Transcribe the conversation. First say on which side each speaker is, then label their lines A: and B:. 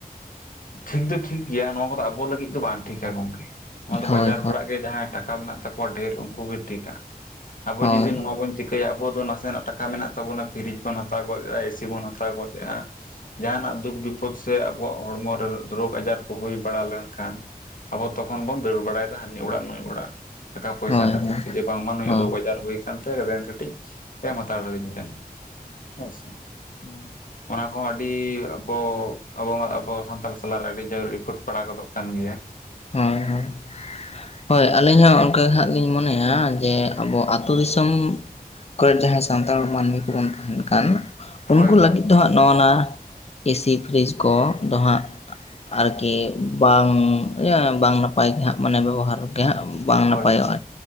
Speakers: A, on the left; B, on the left.
A: ᱴᱷᱤᱠ ᱫᱚ ᱴᱷᱤᱠ ᱜᱮᱭᱟ ᱱᱚᱣᱟ ᱠᱚᱫᱚ ᱟᱵᱚ ᱞᱟᱹᱜᱤᱫ ᱫᱚ ᱵᱟᱝ ᱴᱷᱤᱠᱟ ᱜᱚᱝᱠᱮ ᱱᱚᱣᱟ
B: ᱮᱠᱫᱚᱢ
A: ᱫᱚ
B: ᱦᱳᱭ
A: ᱵᱟᱡᱟᱨ
B: ᱦᱳᱭ ᱦᱳᱭ ᱦᱳᱭ
A: ᱦᱚᱲᱟᱜ ᱜᱮ ᱡᱟᱦᱟᱸᱭ ᱴᱟᱠᱟ ᱢᱮᱱᱟᱜ ᱛᱟᱠᱚᱣᱟ ᱰᱷᱮᱨ ᱩᱱᱠᱩ ᱜᱮ ᱴᱷᱤᱠᱟ ᱟᱵᱚ
B: ᱦᱳᱭ ᱦᱳᱭ
A: ᱡᱚᱫᱤ ᱱᱚᱣᱟ ᱵᱚ ᱟᱵᱚ ᱫᱚ ᱱᱟᱥᱮᱱᱟᱜ ᱴᱟᱠᱟ ᱢᱮᱱᱟᱜ ᱛᱟᱵᱚᱱᱟ ᱯᱷᱨᱤᱡ ᱵᱚᱱ ᱦᱟᱛᱟᱣ ᱜᱚᱫ ᱮᱜᱼᱟ ᱮᱥᱤ ᱵᱚᱱ ᱦᱟᱛᱟᱣ ᱜᱚᱫᱮ-ᱟ ᱡᱟᱦᱟᱱᱟᱜ ᱫᱩᱠ ᱵᱤᱯᱚᱫ ᱥᱮ ᱟᱵᱚᱣᱟᱜ ᱦᱚᱲᱢᱚ ᱨᱮ ᱨᱳᱜᱽ ᱟᱡᱟᱨ ᱠᱚ ᱦᱩᱭ ᱵᱟᱲᱟ ᱞᱮᱱᱠᱷᱟᱱ ᱟᱵᱚ ᱛᱚᱠᱷᱚᱱ ᱵᱚᱱ ᱫᱟᱹᱲ ᱵᱟᱲᱟᱭᱫᱟ ᱦᱟᱹᱱᱤ ᱚᱲᱟᱜ ᱱᱩᱭ ᱚᱲᱟᱜ ᱴᱟᱠᱟ ᱯᱚᱭᱥᱟ
B: ᱦᱳᱭ
A: ᱠᱷᱟᱹᱛᱤᱨ ᱛᱮ ᱡᱮ ᱵᱟᱝᱢᱟ ᱱᱩᱭᱟᱜ
B: ᱦᱳᱭ
A: ᱨᱳᱜᱽ ᱟᱡᱟᱨ ᱦᱩᱭ ᱠᱟᱱ ᱛᱟᱭᱟ ᱟᱵᱮᱱ ᱠᱟᱹᱴᱤᱡ ᱮᱢ ᱦᱟᱛᱟᱲ ᱟᱞᱤᱧ <unintelligible> ᱦᱮᱸᱥᱮ
B: ᱦᱩᱸ
A: ᱚᱱᱟ ᱠᱚᱦᱚᱸ ᱟᱹᱰᱤ ᱟᱵᱚ ᱟᱵᱚ ᱢᱟ ᱟᱵᱚ ᱥᱟᱱᱛᱟᱲ ᱛᱟᱞᱟᱨᱮ ᱟᱹᱰᱤ ᱡᱳᱨ ᱮᱯᱷᱳᱴ ᱯᱟᱲᱟᱣ ᱜᱚᱫᱚᱜ ᱠᱟᱱ ᱜᱮᱭᱟ
B: ᱦᱮᱸᱭ ᱦᱮᱸ ᱦᱳᱭ ᱟᱹᱞᱤᱧ ᱦᱚᱸ ᱚᱱᱠᱟ ᱦᱟᱸᱜ ᱞᱤᱧ ᱢᱚᱱᱮᱭᱟ ᱡᱮ ᱟᱵᱚ ᱟᱹᱛᱩ ᱫᱤᱥᱚᱢ ᱠᱚᱨᱮ ᱡᱟᱦᱟᱸᱭ ᱥᱟᱱᱛᱟᱲ ᱢᱟᱹᱱᱢᱤ ᱠᱚᱵᱚᱱ ᱛᱟᱦᱮᱱ ᱠᱟᱱ ᱩᱱᱠᱩ
A: ᱦᱳᱭ ᱦᱳᱭ
B: ᱞᱟᱹᱜᱤᱫ ᱫᱚ ᱦᱟᱸᱜ ᱱᱚᱜᱼᱱᱟ ᱮᱥᱤ ᱯᱷᱨᱤᱡᱽ ᱠᱚ ᱫᱚ ᱦᱟᱸᱜ ᱟᱨᱠᱤ ᱵᱟᱝ <inaudible> ᱵᱟᱝ ᱱᱟᱯᱟᱭ ᱜᱮ ᱦᱟᱸᱜ ᱢᱟᱱᱮ ᱵᱮᱵᱚᱦᱟᱨ ᱜᱮ ᱦᱟᱸᱜ ᱵᱟᱝ
A: ᱦᱳᱭ
B: ᱱᱟᱯᱟᱭᱚᱜᱼᱟ
A: ᱦᱳᱭ